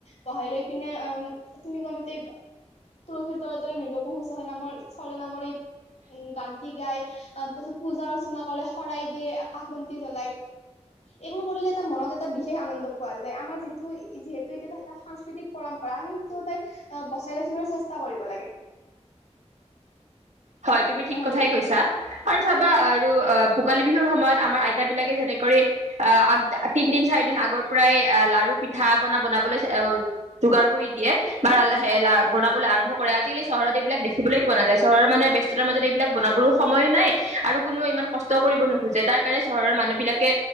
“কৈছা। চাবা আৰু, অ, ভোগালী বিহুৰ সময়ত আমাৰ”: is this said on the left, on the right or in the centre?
Right